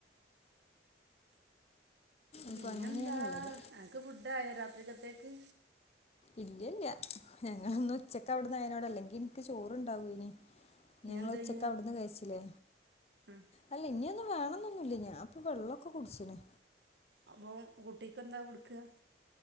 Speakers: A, on the left; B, on the right.
A: അപ്പൊ
B: പിന്നെന്താ
A: അങ്ങനെയാണുള്ളത്
B: അനക്ക് ഫു ഡായോ രാത്രിക്കത്തേക്ക്
A: ഇല്ല്യ ഇല്ല്യ ഞങ്ങളിന്നുച്ചക്ക് അവിടെന്നായീനോണ്ട് അല്ലെങ്കി ഇൻക്ക് ചോറുണ്ടാവോനി
B: ഇനി
A: ഞങ്ങള്
B: എന്താ
A: ഉച്ചക്ക്
B: ചെയ്യാ
A: അവിട്ന്ന് കഴിച്ചിലെ
B: ഉം
A: അല്ല ഇനി ഒന്നും വേണൊന്നും ന്നുല്ല ഞാൻ ഇപ്പൊ വെള്ളൊക്കെ കുടിച്ച്ണ്
B: അപ്പൊ കുട്ടിക്ക് എന്താ കൊടുക്ക